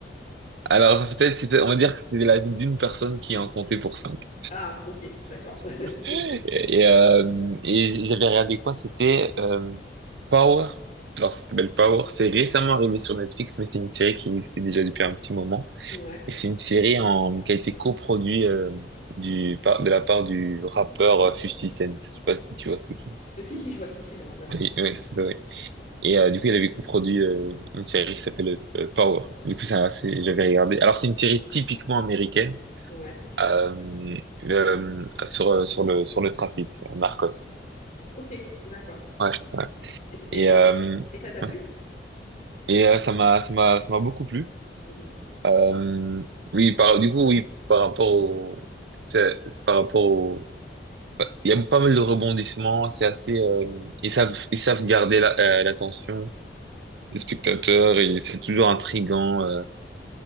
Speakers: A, on the right; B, on the left.
A: Alors peut-être c'était- on va dire que c'était l'avis d'une personne qui en comptait pour cinq.
B: Ah, ok, d'accord.
A: Et
B: <laughs>
A: euh, et j'avais regardé quoi? C'était euh, Power. Alors ça s'appelle Power. C'est récemment arrivé sur Netflix, mais c'est une série qui existait déjà depuis un petit moment.
B: Ouais.
A: Et c'est une série en, qui a été coproduite euh, du, par- de la part du rappeur euh, 50 Cent. Je sais pas si tu vois c'est qui. <laughs>
B: Euh, Si, si, je vois qui c'est le rappeur, ouais.
A: Oui, oui,
B: Mm.
A: c'est ça, oui. Et euh, du coup, il avait coproduit euh, une série qui s'appelle euh, Power. Du coup, ça, c'est- j'avais regardé. Alors, c'est une série typiquement américaine
B: Ouais.
A: euh, euh, sur, euh, sur le, sur le trafic, euh, Narcos.
B: Ok, d'accord.
A: Ouais,
B: Ok.
A: ouais.
B: Et, c'est-
A: Et,
B: et-
A: euh,
B: et- et ça t'a plu?
A: ouais. et euh, ça m'a, ça m'a, ça m'a beaucoup plu.
B: Mhm.
A: Euh, oui, par, du coup, oui, par rapport au, c'est- par rapport au Il y a pas mal de rebondissements, c'est assez, euh, ils savent, ils savent garder la- euh, l'attention des spectateurs et c'est toujours intriguant euh,